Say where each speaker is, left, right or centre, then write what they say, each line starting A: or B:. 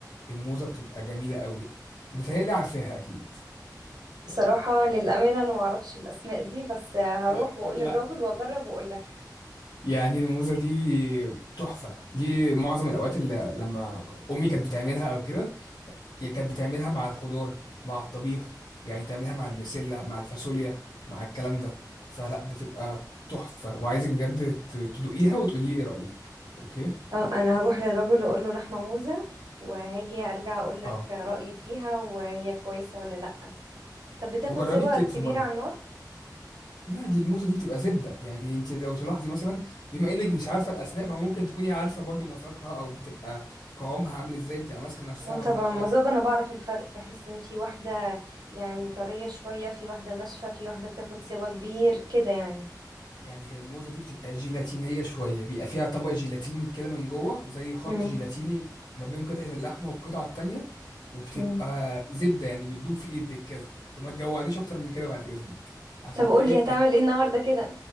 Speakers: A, on the left; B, on the right.
A: الموزه بتبقى جميله قوي متهيألي عارفاها اكيد
B: بصراحه للامانه انا ما اعرفش الاسماء دي بس آه، هروح
A: لا
B: واقول
A: لا
B: للراجل واجرب واقول لك
A: يعني الموزة دي تحفة دي معظم الأوقات اللي لما أمي كانت بتعملها أو كده هي كانت بتعملها مع الخضار مع الطبيخ يعني تعملها مع البسلة مع الفاصوليا مع الكلام ده فلا بتبقى تحفة وعايزك بجد ت- تدوقيها وتقولي لي ايه رأيك اوكي
B: اه انا هروح للراجل واقول له لحمه موزه وهاجي ارجع اقول لك
A: اه
B: رايي فيها وهي كويسه ولا لا طب بتاخد
A: وجربي
B: سوا
A: الكتف
B: كبيره
A: برضه
B: على النار
A: لا دي الموزة دي بتبقى زبدة يعني انت لو تلاحظي مثلا بما انك مش عارفة الاسماء فممكن تكوني عارفة برضه مذاقها او بتبقى قوامها عامل ازاي بتبقى ماسكة نفسها
B: وطبعا
A: ولا
B: المزاج
A: لا
B: انا بعرف الفرق بحس ان في واحدة يعني طرية شوية في واحدة ناشفة في واحدة بتاخد سوا كبير كده يعني
A: يعني هي الموزة دي بتبقى جيلاتينية شوية بيبقى فيها طبق جيلاتين كده من جوه زي خط
B: امم
A: جيلاتيني ما بين قطعة اللحمة والقطعة التانية وبتبقى
B: امم
A: زبدة يعني بتدوب في ايدك كده وما تجوعنيش اكتر من كده بعد اذنك عشان
B: طب قولي
A: ايه
B: هتعمل ايه النهاردة كده